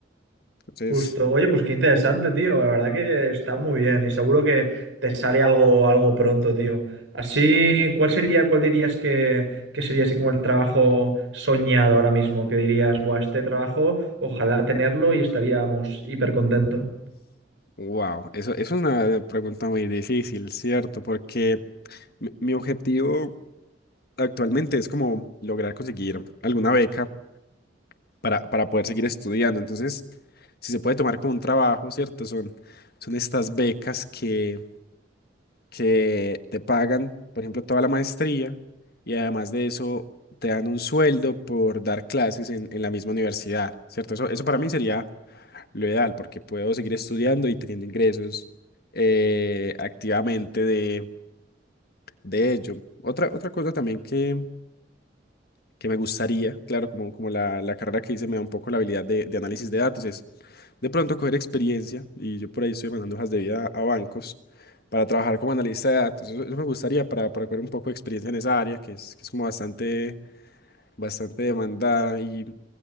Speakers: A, on the left (about 55°); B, on the right (about 80°).
A: Entonces,
B: Justo. Oye, pues qué interesante, tío. La verdad que está muy bien y seguro que te sale algo, algo pronto, tío. Así, ¿cuál sería, cuál dirías que, que sería así como el trabajo soñado ahora mismo? Que dirías, buah, este trabajo, ojalá tenerlo y estaríamos hiper contento.
A: wow, eso, eso es una pregunta muy difícil, ¿cierto? Porque mi mi objetivo actualmente es como lograr conseguir alguna beca para, para poder seguir estudiando. Entonces, si se puede tomar como un trabajo, ¿cierto? Son, son estas becas que, que te pagan, por ejemplo, toda la maestría y además de eso te dan un sueldo por dar clases en, en la misma universidad, ¿cierto? Eso, eso para mí sería lo ideal porque puedo seguir estudiando y teniendo ingresos eh, activamente de, de ello. Otra, otra cosa también que que me gustaría, claro, como, como la, la carrera que hice me da un poco la habilidad de, de análisis de datos, es de pronto coger experiencia, y yo por ahí estoy mandando hojas de vida a bancos para trabajar como analista de datos. Eso, eso me gustaría para, para coger un poco de experiencia en esa área, que es, que es como bastante, bastante demandada. Y,